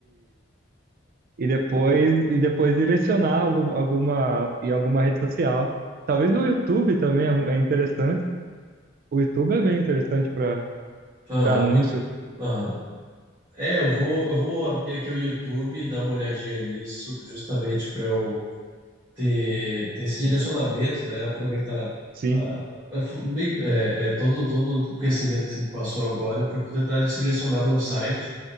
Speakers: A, on the right; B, on the right.
A: e depois e depois direcionar algum, alguma em alguma rede social. Talvez o YouTube também é é interessante. O YouTube é bem interessante para
B: Aham,
A: para anúncio.
B: muito. Aham. É, eu vou, eu vou abrir aqui o YouTube, e dar uma olhadinha nisso, justamente para eu ter, ter esse direcionamento, né? Aproveitar
A: Sim,
B: a, a- fu- meio que- é, é, todo, todo o conhecimento que você me passou agora para poder tentar direcionar meu site